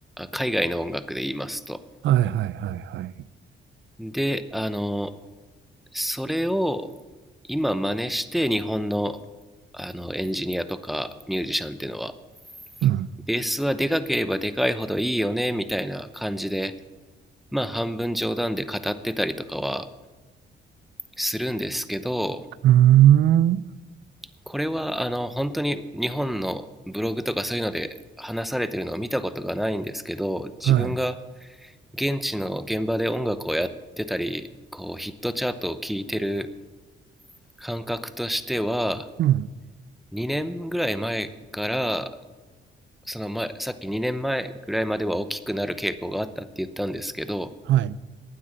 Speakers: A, in the centre; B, on the right.
A: 海外の音楽で言いますと。
B: はいはいはいはい。
A: で、あの、それを今真似して日本の、あのエンジニアとかミュージシャンっていうのは、
B: うん
A: ベースはでかければでかいほどいいよね、みたいな感じで、まあ半分冗談で語ってたりとかはするんですけど、
B: うーん。
A: これはあの本当に日本のブログとかそういうので話されてるのを見たことがないんですけど自分が
B: はい。
A: 現地の現場で音楽をやってたり、こうヒットチャートを聴いてる感覚としては、
B: うん。
A: 2年ぐらい前から、その前、さっき2年前ぐらいまでは大きくなる傾向があったって言ったんですけど、
B: はい。